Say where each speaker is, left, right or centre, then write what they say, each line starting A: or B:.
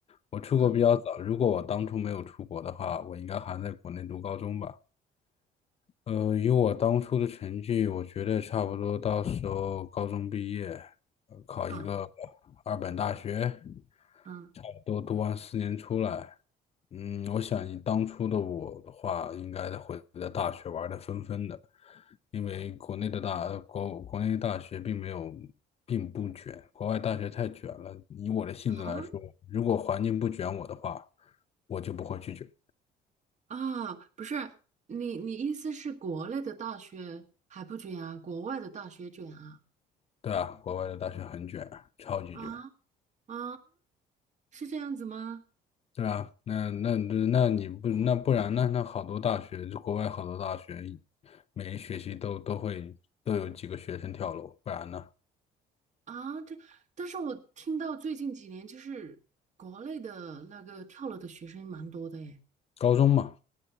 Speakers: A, on the left; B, on the right.
A: 我出国比较早。
B: 嗯
A: 如果我当初没有出国的话，我应该还在国内读高中吧。呃，以我当初的成绩，我觉得差不多到时候高中毕业，呃考一个
B: 啊
A: 二本大学，
B: 嗯，
A: 差不多读完四年出来。嗯，我想以当初的我的话，应该会在大学玩的疯疯的，因为国内的大，呃国国内大学并没有，并不卷，国外大学太卷了。以我的性子来说，
B: 好，
A: 如果环境不卷我的话，我就不会去卷。
B: 啊，不是，你你意思是国内的大学还不卷啊，国外的大学卷啊？
A: 对啊，国外的大学很卷，超级卷。
B: 啊啊，是这样子吗？
A: 对啊，那那那你不那不然呢？那好多大学，就国外好多大学，每一学期都都会都有几个学生跳楼，不然呢？
B: 啊，这，但是我听到最近几年就是国内的那个跳楼的学生蛮多的耶。
A: 高中嘛，